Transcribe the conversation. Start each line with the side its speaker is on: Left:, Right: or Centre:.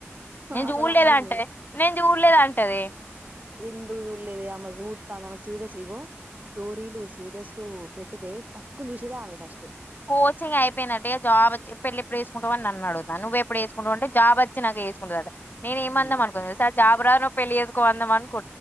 Left: నేను
Right: అసలు
Left: చూలేదంటే
Right: అమ్మకి
Left: నేను చూడలేదంటది
Right: ఎందుకు జూలేదే అమ జూతాంది అమ స్టేటస్ ఇగో స్టోరీలు సీరియస్లు పెట్టితే టక్కు చూసేదామె ఫస్ట్
Left: కోచింగ్ అయిపోయిందట ఇగా జాబ్ వచ్చి పెళ్లి ఎప్పుడు చేసుకుంటవని నన్నడుగుతంది నువ్వప్పుడు చేసుకుంటవు అంటే జాబ్ వచ్చి నాకు చేసుకుంటదటా నేను ఏమందమనుకున్నా
Right: ఉమ్
Left: తెలుసా జాబ్ రాదు పెళ్లిచేసుకోవు అందాం అనుకు